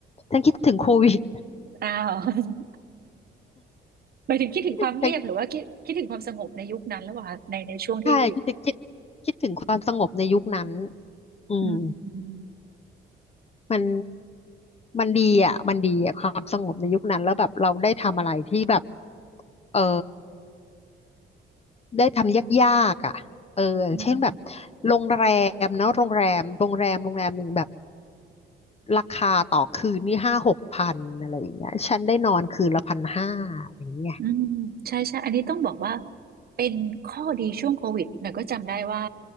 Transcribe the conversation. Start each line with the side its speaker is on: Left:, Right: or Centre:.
Left: ฉันคิดถึงโควิด
Right: อ้าว <laughs> หมายถึงคิดถึงความเงียบหรือว่าคิดคิดถึงความสงบในยุคนั้นแล้วเหรคะในในช่วงที่
Left: <laughs> ใช่คิดถึงคิดคิดถึงความสงบในยุคนั้นอืม
Right: อืมอืม
Left: มันมันดีอ่ะมันดีอ่ะความสงบในยุคนั้นแล้วแบบเราได้ทำอะไรที่แบบเออได้ทำยากๆอ่ะเอออย่างเช่นแบบ
Right: อืม
Left: โรงแรมเนาะโรงแรมโรงแรมโรงแรมหนึ่งแบบราคาต่อคืนนี่ห้าหกพันอะไรอย่างเงี้ยฉันได้นอนคืนละพันห้าอย่างเงี้ย
Right: อืมใช่ใช่ อันนี้ต้องบอกว่าเป็นข้อดีช่วงโควิดหน่อยก็จำได้ว่า